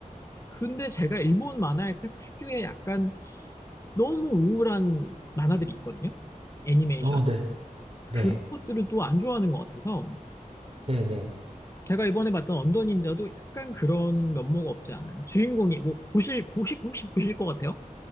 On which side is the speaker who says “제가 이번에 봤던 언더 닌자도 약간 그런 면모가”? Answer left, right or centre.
Left